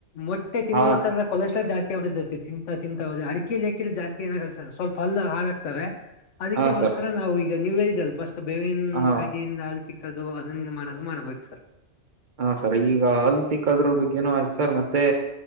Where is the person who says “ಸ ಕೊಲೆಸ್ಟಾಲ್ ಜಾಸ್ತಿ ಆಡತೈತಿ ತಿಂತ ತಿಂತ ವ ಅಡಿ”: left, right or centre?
Left